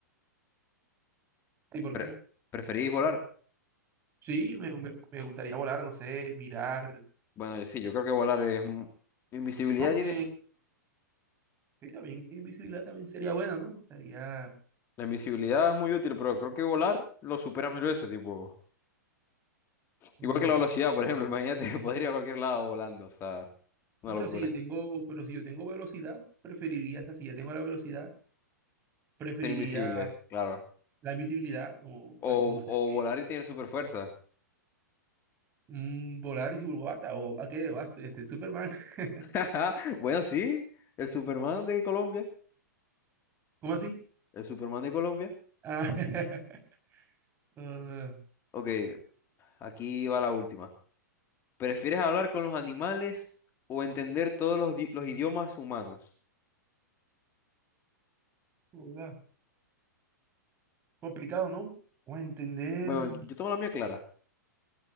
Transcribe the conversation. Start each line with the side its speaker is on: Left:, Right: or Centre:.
Right: ¿Y por
Left: Pre-
Right: qué?
Left: ¿preferís volar?
Right: Sí, me, me, me gustaría volar, no sé, mirar.
Left: Bueno, sí, yo creo que volar es... mu- Invisibilidad
Right: Aunque
Left: tiene...
Right: sí, también invisibilidad también sería buena, ¿no? Estaría.
Left: La invisibilidad es muy útil, pero creo que volar lo supera mil veces, tipo...
Right: mm,
Left: Igual que la velocidad, por ejemplo, <laughs> imagínate que podría ir a cualquier lado volando, o sea, una
Right: no, pero
Left: locura.
Right: si yo tengo, pero si yo tengo velocidad, preferiría, o sea, si ya tengo la velocidad, preferiría
Left: Ser invisible, claro.
Right: la invisibilidad, como
Left: O,
Right: para quien usted
Left: o
Right: que
Left: volar y tener super fuerza.
Right: mm, volar y superbata, o a qué vas, este, Superman. <laughs>
Left: <laughs> Bueno, sí, el Superman de Colombia.
Right: ¿Cómo así?
Left: El Superman de Colombia.
Right: Ah, <laughs> hola,
Left: Ok, aquí va la última. ¿Prefieres hablar con los animales o entender todos los, di- los idiomas humanos?
Right: hola. Complicado, ¿no? O a entender.
Left: Bueno, yo tengo la mía clara